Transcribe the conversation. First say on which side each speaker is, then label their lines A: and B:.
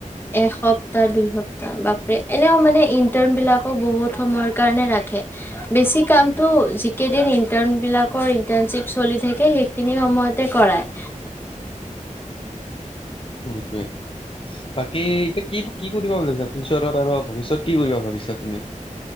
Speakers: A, on the left (about 15°); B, on the left (about 40°).
A: এসপ্তাহ, দুই সপ্তাহ বাপৰে এনেও মানে ইন্টাৰণ বিলাকৰ বহুত থুমৰ কাৰণে ৰাখে। বেছি কামটো যিকেইদিন ইন্টাৰ্ণবিলাকৰ ইন্টাৰ্ণশ্বিপ চলি - চলি থাকে সেইখিনি সময়তে কৰাই।
B: <unintelligible> টোৱে বাকী এতিয়া কি কি কৰিব বুলিছা ফিউচাৰত আৰু ভৱিষ্যত কি কৰিবা ভাবিছা তুমি?